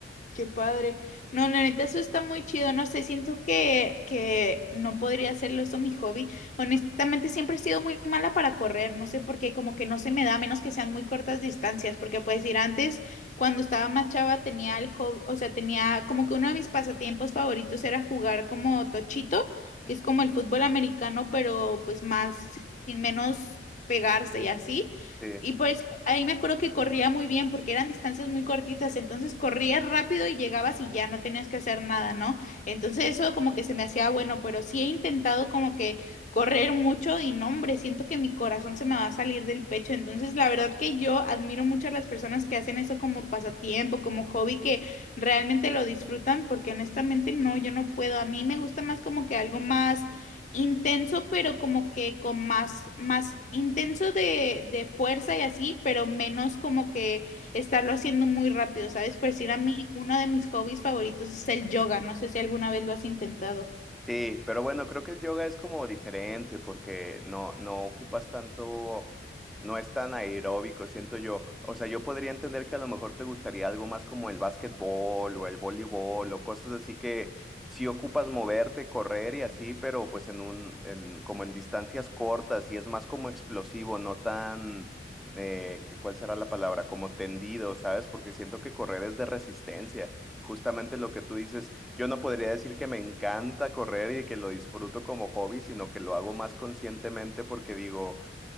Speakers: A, on the left (about 40°); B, in the centre.
A: qué padre. No, la neta, eso está muy chido. No sé, siento que, que no podría hacerlo eso mi hobby. Honestamente, siempre he sido muy mala para correr. No sé por qué, como que no se me da, a menos que sean muy cortas distancias. Porque puedes decir, antes, cuando estaba más chava, tenía el hobby, o sea, tenía como que uno de mis pasatiempos favoritos era jugar como tochito, que es como el fútbol americano, pero pues más, sin menos pegarse y así.
B: Sí.
A: Y por eso ahí me acuerdo que corría muy bien porque eran distancias muy cortitas, entonces corrías rápido y llegabas y ya no tenías que hacer nada, ¿no? Entonces eso como que se me hacía bueno, pero sí he intentado como que correr mucho y no, hombre, siento que mi corazón se me va a salir del pecho, entonces la verdad que yo admiro mucho a las personas que hacen eso como pasatiempo, como hobby, que realmente lo disfrutan porque honestamente no, yo no puedo, a mí me gusta más como que algo más intenso, pero como que con más, más intenso de, de fuerza y así, pero menos como que estarlo haciendo muy rápido, ¿sabes? Por decir a mí, uno de mis hobbies favoritos es el yoga, no sé si alguna vez lo has intentado.
B: Sí, pero bueno, creo que el yoga es como diferente porque no, no ocupas tanto, no es tan aeróbico, siento yo. O sea, yo podría entender que a lo mejor te gustaría algo más como el básquetbol o el voleibol o cosas así que sí ocupas moverte, correr y así, pero pues en un, en, como en distancias cortas y es más como explosivo, no tan, eh, ¿qué- ¿cuál será la palabra? Como tendido, ¿sabes? Porque siento que correr es de resistencia. Justamente lo que tú dices, yo no podría decir que me encanta correr y que lo disfruto como hobby, sino que lo hago más conscientemente porque digo,